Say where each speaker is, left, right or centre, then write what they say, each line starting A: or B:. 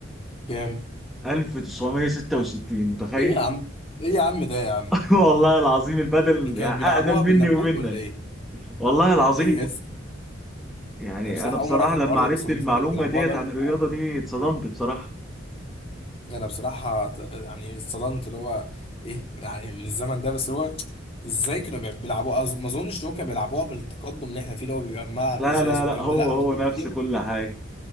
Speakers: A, on the left; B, in the centre.
A: كام
B: 1966 متخيل؟
A: ايه يا عم ايه يا عم ده يا عم
B: <laughs> والله العظيم البدل
A: دول كانوا
B: يعني
A: بيلعبوها
B: أقدم
A: بالنبوت
B: مني ومنك
A: ولا ايه
B: والله العظيم
A: ليه يا اسطى
B: يعني
A: انا بصراحه
B: أنا بصراحة
A: اول مره اعرف الحوار
B: لما عرفت
A: ده بس هم
B: المعلومة
A: فعلا بيلعبوها
B: ديت
A: بقالهم
B: عن الرياضة دي اتصدمت بصراحة
A: انا بصراحه ط- يعني اتصدمت اللي هو ايه يعني من الزمن ده بس اللي هو ازاي كانوا بيلعبوها أظ- ما اظنش ان هو كانوا بيلعبوها بالتقدم اللي احنا فيه اللي هو بيبقى ملعب
B: لا
A: ازاز
B: لا
A: والكلام
B: لا هو
A: ده لا
B: هو
A: اظن
B: نفس كل حاجة